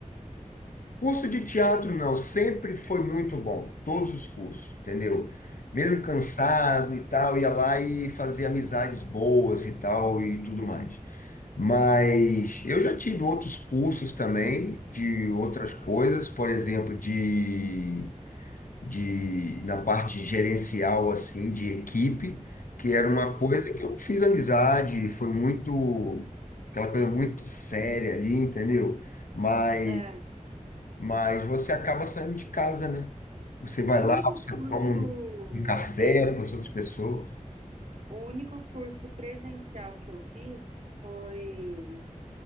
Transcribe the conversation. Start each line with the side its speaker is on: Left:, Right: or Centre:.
Left: Curso de teatro não, sempre foi muito bom, todos os cursos, entendeu? Mesmo cansado e tal, ia lá e fazia amizades boas e tal e tudo mais. Mas eu já tive outros cursos também de outras coisas, por exemplo, de, de na parte gerencial assim de equipe, que era uma
Right: uhum.
Left: coisa que eu não fiz amizade, foi muito aquela coisa muito séria ali, entendeu? mas
Right: É,
Left: mas você acaba saindo de casa, né? Você vai
Right: o
Left: lá,
Right: único
Left: você
Right: curso
Left: toma um, um café
Right: presen...
Left: com as outras pessoas.
Right: o único curso presencial que eu fiz foi